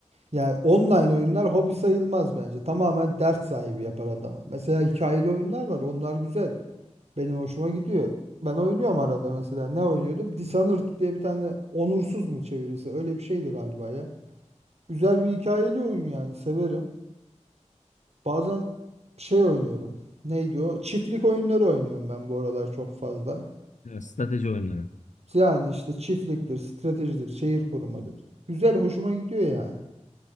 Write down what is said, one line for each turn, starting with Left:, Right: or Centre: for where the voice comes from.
Right: yani online oyunlar hobi sayılmaz bence. Tamamen dert sahibi yapar adamı. Mesela hikayeli oyunlar var. Onlar güzel. Benim hoşuma gidiyor. Ben oynuyorum arada mesela. Ne oynuyordum? Dishonored diye bir tane onursuz mu çevirisi? Öyle bir şeydi galiba ya. Güzel bir hikayeli oyun yani. Severim. Bazen şey oynuyorum. Neydi o? Çiftlik oyunları oynuyorum ben bu aralar çok fazla.
Left: Ya, strateji oyunları.
Right: Yani işte çiftliktir, stratejidir, şehir korumadır. Güzel, hoşuma gidiyor yani.